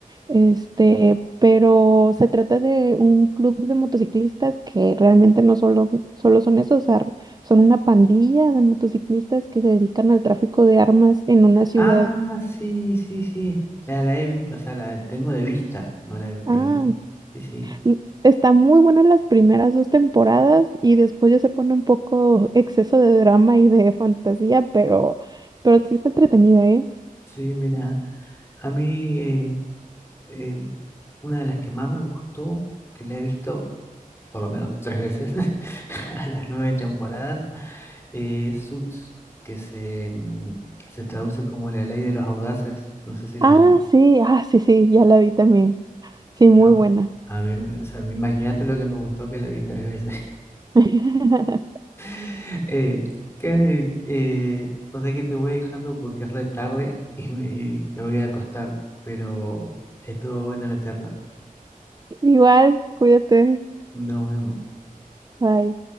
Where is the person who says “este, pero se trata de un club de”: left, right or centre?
Right